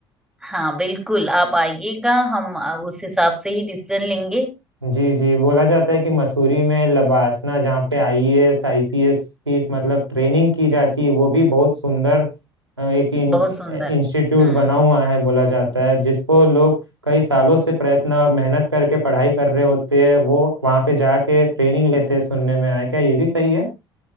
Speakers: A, in the centre; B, on the right (about 85°).
A: हाँ बिल्कुल आप आइएगा हम आ, उस हिसाब से ही डिसीजन लेंगे
B: जी जी बोला जाता है कि मसूरी में लबासना जहाँ पे आईएएस आईपीएस की मतलब ट्रेनिंग की जाती है वो भी बहुत सुंदर अ, एक
A: बहुत सुंदर
B: इंस्टीट्यूट
A: हम्म
B: बना हुआ है बोला जाता है जिसको लोग कई सालों से प्रयत्न और मेहनत करके पढ़ाई कर रहे होते हैं वो वहाँ पे जाके ट्रेनिंग लेते हैं सुनने में आया क्या ये भी सही है